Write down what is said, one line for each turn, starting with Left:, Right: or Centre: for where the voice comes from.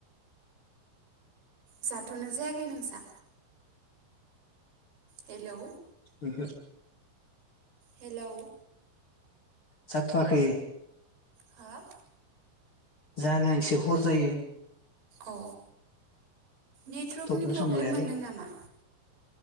Right: जाथ'नो जायाखै नोंसा? हेलौ।
Left: ओहो।
Right: हेलौ।
Left: जाथ'वाखै
Right: हा?
Left: जाहाना एसे हर जायो।
Right: औ। नेटवर्कनि
Left: थबनो
Right: प्रब्लेम
Left: संजायालै
Right: मोनदों नामा?